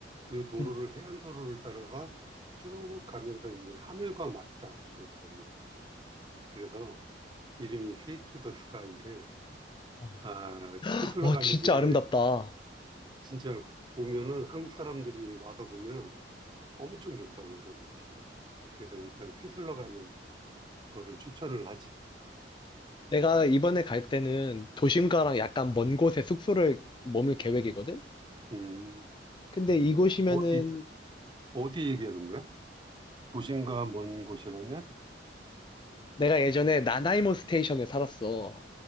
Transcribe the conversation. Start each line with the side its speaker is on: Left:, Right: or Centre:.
Right: 그 도로를
Left: 음.
Right: 해안 도로를 따라서 쭉 가면서 이제 하늘과 맞닿아 그 강이. 그래서 이름이 Sea to the Sky인데
Left: 어.
Right: 아, 휘슬러
Left: 와,
Right: 가는
Left: 진짜
Right: 길에
Left: 아름답다.
Right: 그 진짜 보면은 한국 사람들이 와서 보면 엄청 좋다 그러는 곳이야. 그래서 일단 휘슬러 가는 거를 추천을 하지.
Left: 내가 이번에 갈 때는 도심가랑 약간 먼 곳에 숙소를 머물 계획이거든?
Right: 음,
Left: 근데 이곳이면은
Right: 어디, 어디 얘기하는 거야? 도심과 먼 곳이라면?
Left: 내가 예전에 나나이모 스테이션에 살았어.